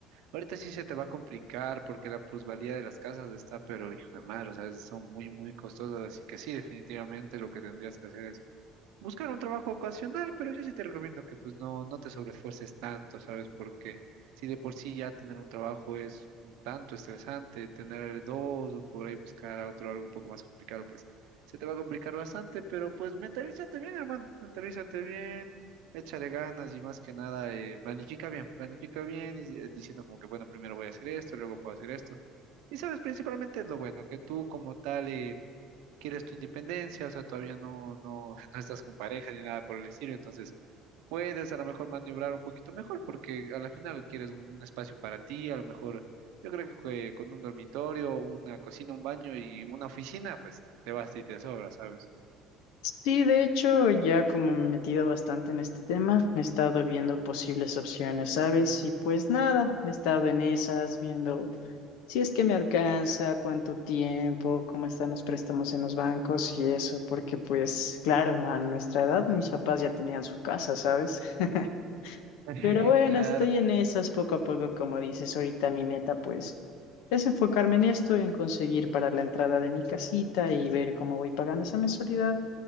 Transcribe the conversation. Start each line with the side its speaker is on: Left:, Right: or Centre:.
Right: Ahorita sí se te va a complicar porque la plusvalía de las casas está, pero hijo de madre, o sea, son muy, muy costosas, así que sí, definitivamente lo que tendrías que hacer es buscar un trabajo ocasional, pero yo sí te recomiendo que pues no, no te sobreesfuerces tanto, ¿sabes? Porque si de por sí ya tener un trabajo es un tanto estresante, tener dos o por ahí buscar a otro algo un poco más complicado, pues se te va a complicar bastante, pero pues mentalízate bien, hermano, mentalízate bien, échale ganas y más que nada eh, planifica bien, planifica bien y, eh, diciendo como que bueno, primero voy a hacer esto, luego puedo hacer esto. Y sabes, principalmente es lo bueno, que tú como tal... eh, quieres tu independencia, o sea, todavía no, no, <laughs> no estás con pareja ni nada por el estilo, entonces puedes a lo mejor maniobrar un poquito mejor porque a la final quieres un, un espacio para ti, a lo mejor yo creo que con un dormitorio, una cocina, un baño y una oficina, pues te basta y te sobra, ¿sabes?
Left: Sí, de hecho, ya como me he metido bastante en este tema, he estado viendo posibles opciones, ¿sabes? Y pues nada, he estado en esas, viendo si es que me alcanza, cuánto tiempo, cómo están los préstamos en los bancos y eso, porque pues claro, a nuestra edad mis papás ya tenían su casa, ¿sabes? <laughs>
Right: <laughs>
Left: Pero bueno,
Right: Claro.
Left: estoy en esas poco a poco, como dices, ahorita mi meta pues es enfocarme en esto, en conseguir para la entrada de mi casita y ver cómo voy pagando esa mensualidad.